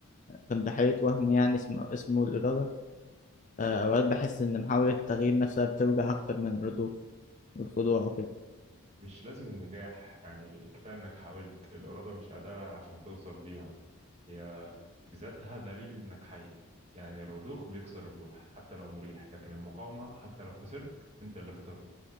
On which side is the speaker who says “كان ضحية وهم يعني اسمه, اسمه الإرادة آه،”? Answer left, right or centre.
Left